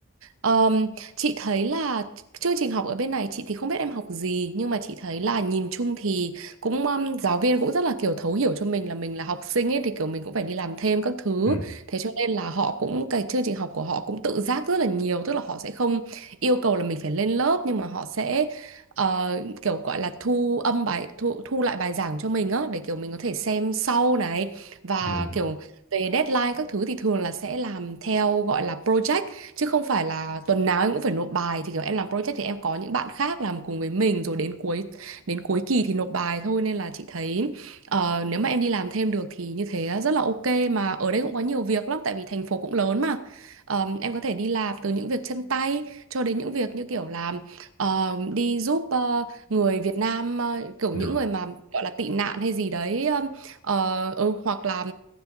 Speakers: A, on the right; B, on the left.
A: Ờm, chị thấy là chương trình học ở bên này chị thì không biết em học gì nhưng mà chị thấy là nhìn chung thì cũng ừm, giáo viên cũng rất là kiểu thấu hiểu cho mình là mình là học sinh ấy thì kiểu mình cũng phải đi làm thêm các thứ
B: ừ
A: thế cho nên là họ cũng cái chương trình học của họ cũng tự giác rất là nhiều tức là họ sẽ không yêu cầu là mình phải lên lớp nhưng mà họ sẽ ờ, kiểu gọi là thu âm bài thu thu lại bài giảng cho mình á để kiểu mình có thể xem sau này và
B: ừ
A: kiểu về deadline các thứ thì thường là sẽ làm theo gọi là project chứ không phải là tuần nào em cũng phải nộp bài thì kiểu em làm project thì em có những bạn khác làm cùng với mình rồi đến cuối đến cuối kỳ thì nộp bài thôi nên là chị thấy ờ, nếu mà em đi làm thêm được thì như thế rất là ok mà ở đây cũng có nhiều việc lắm tại vì thành phố cũng lớn mà Ờ, em có thể đi làm từ những việc chân tay cho đến những việc như kiểu làm ờ, đi giúp ờ, người Việt Nam ờ, kiểu
B: rồi
A: những người mà gọi là tị nạn hay gì đấy ờ, ờ, ừ, hoặc là